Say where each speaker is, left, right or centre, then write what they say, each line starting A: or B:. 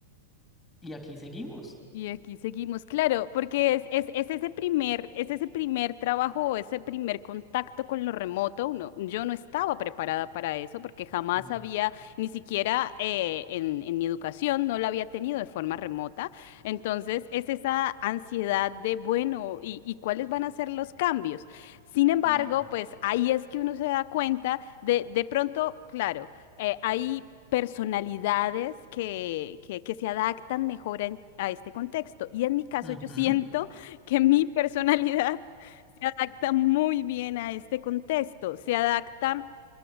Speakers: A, in the centre; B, on the left.
A: y aquí seguimos.
B: Y aquí seguimos, claro, porque es, es, es ese primer, es ese primer trabajo o ese primer contacto con lo remoto. Uno, yo no estaba preparada para eso porque jamás
A: Mm,
B: había, ni siquiera eh, en, en mi educación, no la había tenido de forma remota. Entonces, es esa ansiedad de, bueno, ¿y, y cuáles van a ser los cambios? Sin embargo,
A: sí.
B: pues ahí es que uno se da cuenta de, de pronto, claro eh, hay personalidades que, que- que se adaptan mejor en- a este contexto. Y en mi caso,
A: Ujú,
B: yo siento que mi personalidad <laughs> se adapta muy bien a este contexto, se adapta